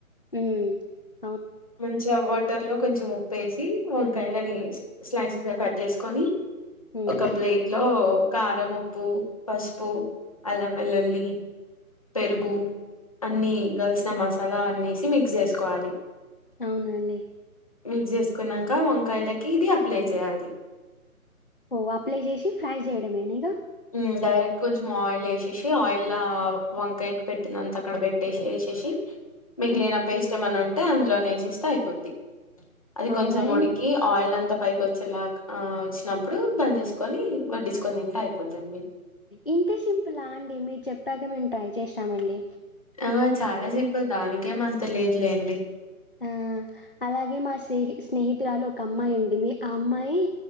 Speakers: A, on the left; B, on the left.
A: మ్
B: మంచి వ కుక్కర్లో కొంచెం ఉప్పు వేసి వంకాయలని స్లైసెస్ కట్ చేసుకొని
A: హ్మ్.
B: ఒక ప్లేట్ లో కా కరముప్పు పసుపు అల్లం వెల్లుల్లి పెరుగు అన్ని కలిసిన మసాలా అన్నసి మిక్స్ చేసుకోవాలి
A: అవునా అండి
B: మిక్స్ చేసుకున్నాక వంకాయలకి ఇది అప్లై చేయాలి
A: ఓ అప్లై చేసి ఫ్రై చేయడమేనా ఇగ
B: హ్మ్ డైరెక్ట్ కొంచెం ఆయిల్ ఏసేసి ఆయిల్ లా వంకాయకి పెట్టినంత అక్కడ పెట్టేసి ఏసేసి మిగిలిన
A: హ్మ్.
B: పేస్ట్ ఏమైనా ఉంటే అందులోనే వేసేస్తే అయిపోద్ది. అది
A: అవునా!
B: కొంచం
A: ఇన్
B: ఉడికి ఆయిల్ అంత పైకి వచ్చేలాగ ఆ వచ్చినప్పుడు బంద్ చేసుకొని వడ్డించుకొని తింత్ అయి పోదండి
A: ఇంతే సింపులా అండి మీరు చెప్పాక మేము ట్రై చేస్తామండి
B: ఆ చాలా సింపుల్ దానికేమ అంత లేదులేండి
A: ఆ అలాగే మా స్నేహి స్నేహితురాలు ఒక అమ్మాయి ఉండింది ఆ అమ్మాయి